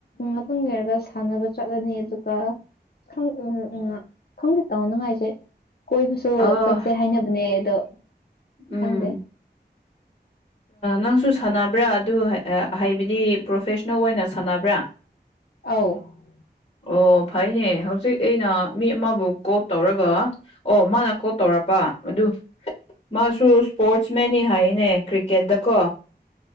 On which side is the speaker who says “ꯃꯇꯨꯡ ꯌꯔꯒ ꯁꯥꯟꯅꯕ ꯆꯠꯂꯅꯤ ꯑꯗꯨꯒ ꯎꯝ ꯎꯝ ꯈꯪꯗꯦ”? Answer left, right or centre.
Left